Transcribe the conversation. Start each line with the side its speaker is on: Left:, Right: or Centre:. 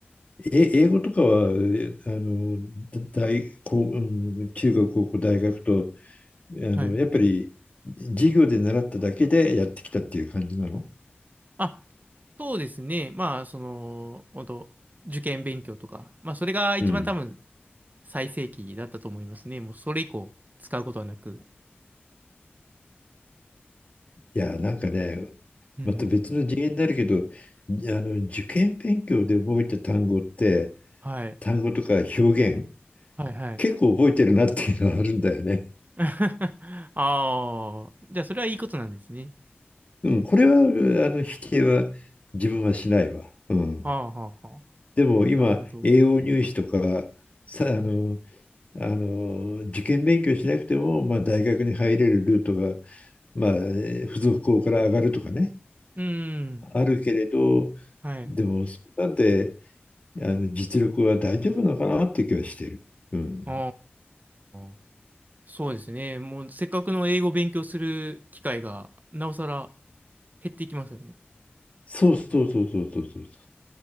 Left: え、英語とかは、えあの、大、こう、うん、中学、高校、大学と、あの、
Right: はい。
Left: やっぱり授業で習っただけでやってきたっていう感じなの
Right: あそうですね。まあ、その、本当受験勉強とか、まあ、それが一番多分
Left: うん。
Right: 最盛期だったと思いますね。もうそれ以降使うことはなく。
Left: いやー、なんかね、
Right: うん。
Left: また別の次元になるけど、あの、受験勉強で覚えた単語って、
Right: はい。
Left: 単語とか表現、
Right: はいはい。
Left: 結構覚えてるなっていうのはあるんだよね。
Right: <laughs> ああ、じゃあそれはいいことなんですね。
Left: うん、これは、あの、否定は自分はしないわ。うん。
Right: はあはあはあ。
Left: でも今、
Right: なるほど。
Left: 栄養入試とか、さ、あの、あの、受験勉強しなくても、まあ、大学に入れるルートが、まあ、付属校から上がるとかね、
Right: うん。
Left: あるけれど、
Right: はい。
Left: でも、そんなんで、あの、実力は大丈夫なのかなって気はしてる。うん。
Right: ああ、そうですね。もうせっかくの英語を勉強する機会が、なおさら減っていきますよね。
Left: そうそうそうそうそうそう